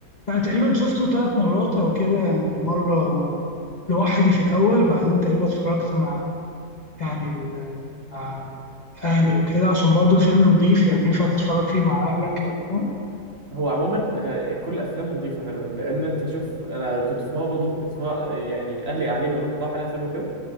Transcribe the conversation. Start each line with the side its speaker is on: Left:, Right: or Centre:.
Left: يعني تقريبا شفته ثلاث مرات او كده يعني مرة لوحدي في الاول بعدين تقريبا اتفرجت مع يعني ال... مع اهلي وكده عشان برضو الفيلم نضيف يعني ينفع تتفرج فيه مع اهلك او كده
Right: هو عموما ه- كل افلامه نظيفه غالبا لان انت شوف انا كنت في مره برضه كنت في مرة- يعني اهلي قاعدين يقولوا اقترح علينا فيلم كده